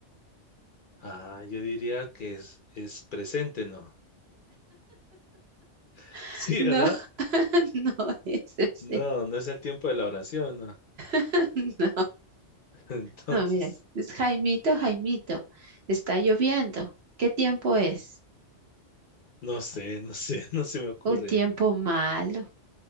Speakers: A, on the left; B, on the right.
A: Ah, yo diría que es, es presente, ¿no? <laughs>
B: <laughs>
A: Sí,
B: No,
A: ¿verdad?
B: <laughs> no es ese.
A: No, no es el tiempo de la oración, ¿no?
B: <laughs> No,
A: <laughs> Entonces,
B: no, mira, es Jaimito, Jaimito, está lloviendo. ¿Qué tiempo es?
A: no sé, no sé, <laughs> no se me ocurre.
B: Un tiempo malo.